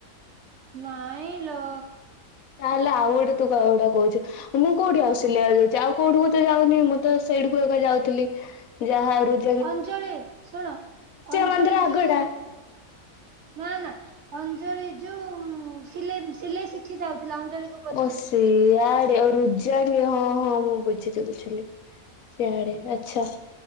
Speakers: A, on the right; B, on the left.
A: ନାଇଁ ଲୋ।
B: ତାହେଲେ ଆଉ ଗୋଟେ ତୁ କଉ ଗୁଟା କହୁଛୁ। ମୁଁ କୋଉଠି ଆଉ ସିଲିଆକୁ ଯାଉଛି ଆଉ କୋଉଠୁକୁ ତ ଯାଉନି ମୁଁ ତ ସେଇଠିକୁ ଏବେ ଯାଉଥିଲି। ଯାହା ରୁଦ୍
A: ଅଞ୍ଜଳି ଶୁଣ ଅଞ୍ଜଳି
B: ମନ୍ଦିର ଆଗଟା
A: ଯୋଉ ନା ନା ଅଞ୍ଜଳି ଯୋଉ ସିଲେଇ ସିଲେଇ ଶିଖି ଯାଉଥିଲା ଅଞ୍ଜଳି କ
B: ଓ ସିଆଡ଼େ ଆଉ ରୁଜା ବି ହଁ ହଁ ମୁଁ ବୁଝିଲି ବୁଝିଲି। ସେଆଡ଼େ ଆଚ୍ଛା